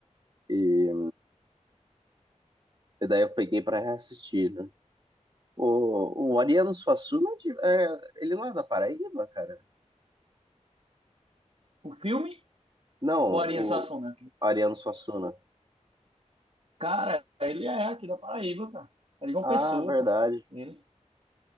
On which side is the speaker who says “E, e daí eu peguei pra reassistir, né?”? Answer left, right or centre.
Right